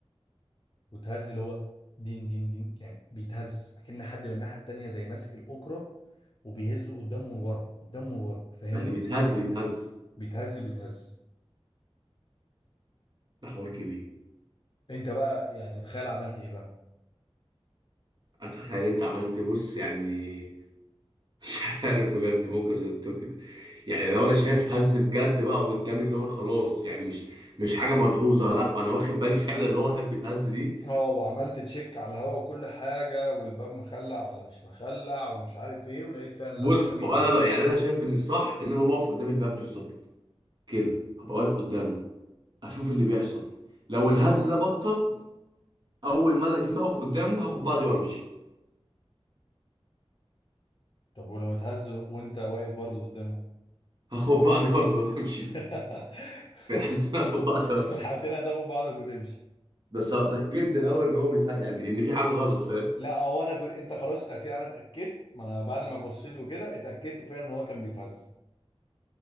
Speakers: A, on the left; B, on the right.
A: وتهز اللي هو دين دين دين يعني بيتهز اكن حد من الناحيه التانيه زي ماسك الاوكرة وبيهزه قدامه لورا قدامه لورا فاهمني
B: يعني بيتهز بيتهز
A: بيتهز بيتهز
B: ده حوار كبير
A: انت بقى يعني تتخيل عملت ايه بقى
B: اتخيل انت عملت بص يعني <laughs> مش عارف بجد موقف زي ده كده يعني لو انا شايف هز بجد بقى قدامي اللي هو خلاص يعني مش مش حاجه ملحوظه لا انا واخد بالي <laughs> فعلا اللي هو واحد بيتهز دي
A: اه وعملت تشيك على الهوا وكل حاجه والباب مخلع ولا مش مخلع ومش عارف ايه ولقيت فعلا
B: بص
A: لا ما بيتهز
B: وانا يعني انا شايف ان الصح ان انا هو واقف قدام الباب بالظبط كده هبقى واقف قدامه اشوف اللي بيحصل لو الهز ده بطل اول ما انا جيت اقف قدامه هاخد بعضي وامشي
A: طب ولو اتهز وانت واقف برضه قدامه
B: هاخد بعضي برضه وامشي
A: <laughs>
B: <laughs> في الحالتين هاخد بعضي
A: في
B: وامشي
A: الحالتين هتاخد بعضك وتمشي
B: ده سواء اتاكدت الاول ان هو بيتها يعني ان في حاجه غلط فاهم
A: لا هو انا جو... انت خلاص اتاكد انا اتاكدت ما انا بعد ما بصيت وكده اتاكدت فعلا ان هو كان بيتهز